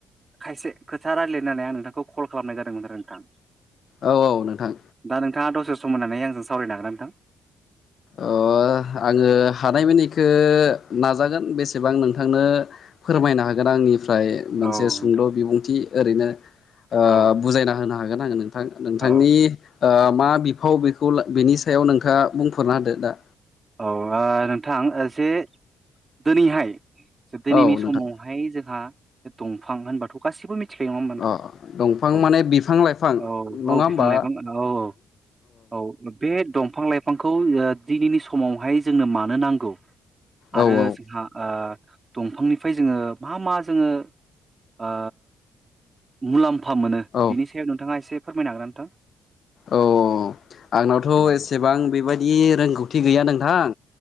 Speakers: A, on the right; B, on the left.
A: खायसे खोथा रायज्लायनानै आं नोंथांखौ कल खालामनाय जादोंमोन आरो नोंथां
B: औ औ नोंथां
A: दा नोंथाङा दसे सम होननानै आंजों सावरायनो हागोनना नोंथां
B: अ आङो हानायमनिखौ नाजागोन बेसेबां नोंथांनो फोरमायनो हागोन आंनि ओमफ्राय मोनसे
A: औ नोंथां
B: सुंद' बिबुंथि ओरैनो ओ
A: औ
B: बुजायना होनो हागोन आङो नों थां नोंथांनि
A: औ
B: ओ मा बिफाव बेखौ बेनि सायाव नोंथाङा बुंफोरना होदो दा
A: औ ओ नोंथां जे दिनैहाय दिनैनि
B: औ नोंथां
A: समावहाय जोंहा दंफां होनबाथ' गासिबो मिथि खायो नङा होनबा नोंथां
B: अ दंफां
A: औ
B: माने बिफां लाइफां
A: औ
B: नङा
A: औ
B: होमबा
A: बिफां लाइफां औ औ औ बे दंफां लाइफांखौ ओ दिनैनि समावहाय जोंनो मानो नांगौ आरो
B: औ
A: जोंहा ओ दंफांनिफ्राय जोङो मा मा जोङो ओ मुलाम फा मोनो
B: औ
A: बिनि सायाव नोंथाङा एसे फोरमायनो हागोन नोंथां
B: औ आंनावथ'
A: नोंथां?
B: एसेबां बेबायदि रोंगौथि गैया नोंथां